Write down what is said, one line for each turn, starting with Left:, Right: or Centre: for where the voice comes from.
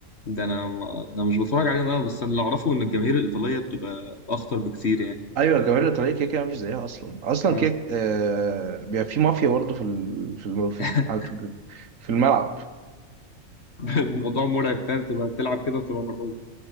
Left: ده انا ما... ده مش بتفرج عليهم قوي بس اللي اعرفه ان الجماهير الايطاليه بتبقى اخطر بكتير يعني
Right: أيوة الجماهير الإيطالية كده كده مفيش زيها أصلا أصلا
Left: اه
Right: كده آه بيبقى في مافيا برضه في ال- في الم-
Left: <laughs>
Right: في ال- في ال- في الملعب
Left: الموضوع مرعب فاهم تبقى تلعب كده وتبقى مرعوب